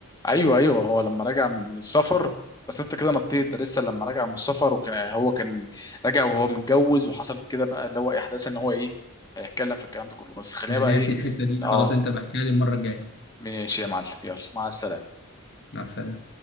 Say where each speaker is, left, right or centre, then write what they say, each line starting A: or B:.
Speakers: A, on the left (about 15°); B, on the left (about 55°).
A: ايوه ايوه هو لما رجع من السفر بس انت كده نطيت ده لسه لما رجع من السفر وكان هو كان راجع وهو متجوز وحصلت كده بقى اللي هو احداث ان هو ايه هيتكلم في الكلام ده كله بس خلينا
B: انا
A: بقى
B: ناسي
A: ايه
B: الحته دي
A: اه
B: خلاص انت بحكيها لي المره الجايه
A: ماشي يا معلم يلا مع السلامة
B: مع السلامه